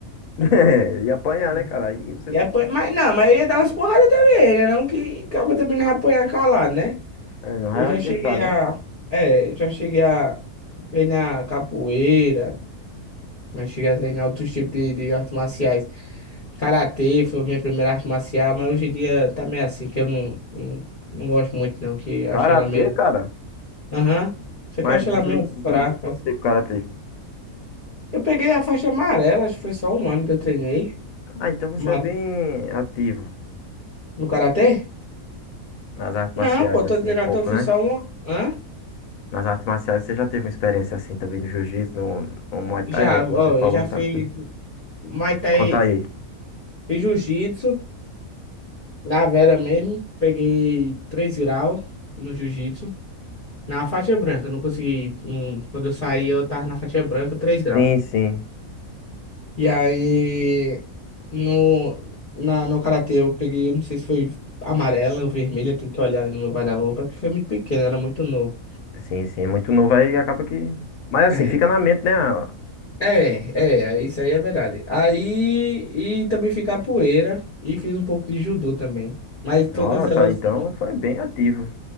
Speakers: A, on the left (about 70°); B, on the left (about 40°).
A: <laughs> É, e apanhar,
B: E
A: né, cara? Aí você
B: e apanha... Mas não, mas eu ia dar umas porradas também, né? Não que acaba também não ia apanhar calado, né?
A: É, não
B: Eu
A: vai
B: já
A: deixar,
B: cheguei a.
A: né?
B: É, já cheguei a treinar capoeira, já cheguei a treinar outros tipos de, de artes marciais. Karatê foi a minha primeira arte marcial, mas hoje em dia tá meio assim, que eu não, não, não gosto muito não, que eu
A: Karatê,
B: achei ela meio...
A: cara?
B: Aham, só
A: Mas
B: que eu achei
A: você
B: ela meio
A: lutou,
B: fraca.
A: você lutou quanto
B: assim.
A: tempo karatê?
B: Eu peguei a faixa amarela, acho que foi só um ano que eu treinei.
A: Ah, então você
B: Amare-
A: é bem ativo
B: No Karatê?
A: nas artes
B: Não,
A: marciais,
B: pô,
A: assim,
B: tô dizendo
A: um pouco,
B: que eu fiz
A: né?
B: só um... Hã?
A: Nas artes marciais você já teve uma experiência assim também no jiu-jitsu, no, no Muay Thai,
B: Já,
A: né? Como
B: ó,
A: você falou,
B: eu já
A: no
B: fiz
A: karatê.
B: Muay Thai,
A: Conta aí.
B: fiz Jiu-Jitsu, na Vera mesmo, peguei 3 graus no Jiu-Jitsu. Na faixa branca, não consegui. não- quando eu saí, eu tava na faixa branca, 3 graus.
A: Sim, sim.
B: E aí, no, na, no karatê eu peguei, eu não sei se foi amarela ou vermelha, tem que olhar ali no meu guarda-roupa, que foi muito pequeno, era muito novo.
A: Sim, sim. É muito novo aí acaba que. Mas
B: É,
A: assim, fica na mente, né? Ah,
B: é, é, isso aí é verdade. Aí, e também fiz capoeira, e fiz um pouco de judô também. Mas
A: Nossa,
B: todas elas
A: então
B: na
A: foi bem ativo.